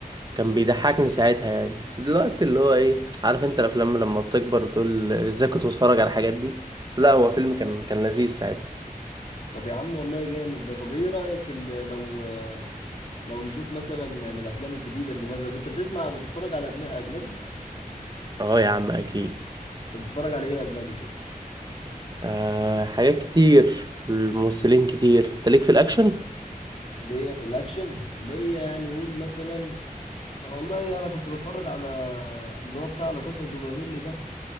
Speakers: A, on the right (about 25°); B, on the left (about 45°).
A: كان بيضحكني ساعتها يعني بس دلوقتي اللي هو ايه عارف انت الافلام لما بتكبر وتقول ازاي كنت بتفرج على الحاجات دي بس لا هو فيلم كان كان لذيذ ساعتها
B: طب يا عم والله جامد ده طب ايه رأيك ال- لو لو نشوف مثلا من الافلام الجديدة اللي نازلة انت بتسمع بتتفرج على أبن- اجنبي
A: اه يا عم اكيد
B: ده بتتفرج على ايه اجنبي كده
A: آه حاجات كتير الممثلين كتير انت ليك في الاكشن
B: اللي هي في الاكشن اللي هي يعني قول مثلا والله انا كنت بتفرج على اللي هو بتاع لا كاسا دو بابيل ده